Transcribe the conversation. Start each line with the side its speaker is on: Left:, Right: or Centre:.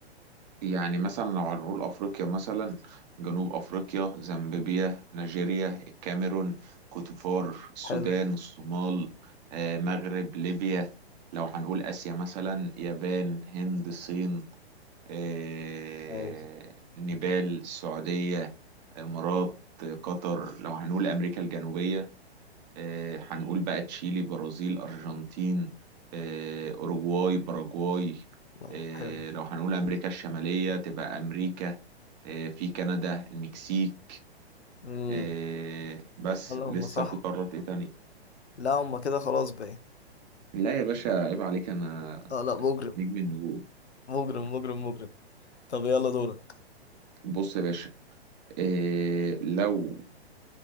Right: يعني مثلا لو هنقول أفريقيا مثلا جنوب أفريقيا زامبيا نيجيريا الكاميرون كوتيفوار السودان
Left: حلو
Right: الصومال آه، مغرب ليبيا لو هنقول آسيا مثلا يابان هند الصين آه،
Left: اي
Right: نيبال السعودية إمارات قطر لو هنقول أمريكا الجنوبية آه، هنقول بقى تشيلي برازيل أرجنتين آه، أوروغواي باراجواي
Left: آه،
Right: آه،
Left: حلو
Right: لو هنقول أمريكا الشمالية تبقى أمريكا آه، في كندا المكسيك
Left: امم
Right: آه، بس
Left: اللهم
Right: لسه
Left: صح
Right: في قارات إيه تاني
Left: لا هم كده خلاص بقى
Right: لا يا باشا عيب عليك أنا
Left: اه لا مجرم
Right: نجم النجوم
Left: مجرم مجرم مجرم طب يلا دورك
Right: بص يا باشا آه، لو